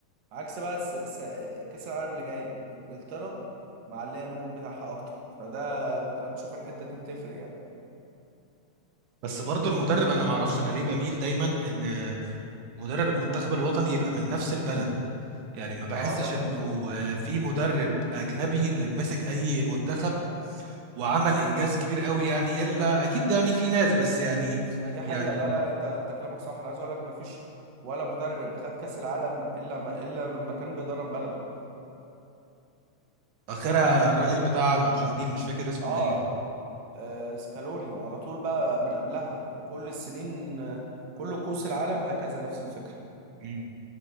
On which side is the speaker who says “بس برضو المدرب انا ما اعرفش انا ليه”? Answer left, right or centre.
Right